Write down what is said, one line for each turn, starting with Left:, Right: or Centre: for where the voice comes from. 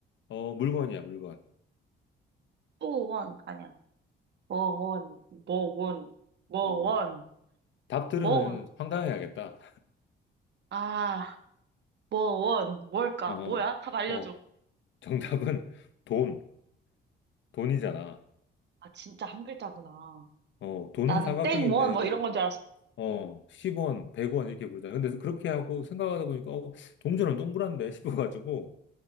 Left: 어, 물건이야, 물건.
Right: 뭐원. 아니야. 뭐원, 뭐원, 뭐원.
Left: 어, 답 들으면
Right: 뭐,
Left: 황당해야겠다.
Right: 아, 뭐 원, 뭘까?
Left: <laughs> 어,
Right: 뭐야? 답 알려줘.
Left: 어, 정답은 돈, 돈이잖아.
Right: 아, 진짜 한 글자구나.
Left: 어, 돈은
Right: 나는
Left: 삼각형인데,
Right: 땡 원, 뭐
Left: 우리,
Right: 이런 건 줄 알았어.
Left: 어, 10원, 100원 이렇게 부르잖아. 근데 그렇게 하고 생각하다 보니까, 어, 동전은 동그란데 싶어가지고,